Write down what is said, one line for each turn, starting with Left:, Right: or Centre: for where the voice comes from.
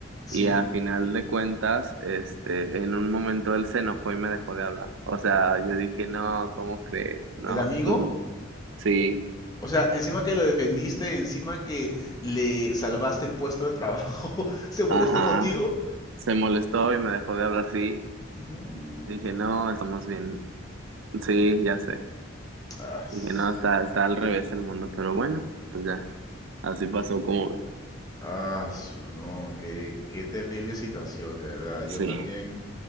Left: Sí,
Right: Y a final de cuentas, este, en un momento él se enojó y me dejó de hablar. O sea, yo dije, no, ¿cómo crees? No,
Left: el amigo,
Right: tú, Sí,
Left: o sea, encima que lo defendiste, encima que le salvaste el puesto de trabajo, <laughs> ¿se molestó
Right: ajá.
Left: contigo?
Right: Se molestó y me dejó de hablar, sí.
Left: No.
Right: Dije, no, estamos bien. Sí, ya sé.
Left: Ah, s-
Right: Dije, no, está, está al revés el mundo, pero bueno, pues ya. Así pasó como ves.
Left: ah, su- no, qué, qué terrible situación, de verdad. Yo
Right: Sí,
Left: también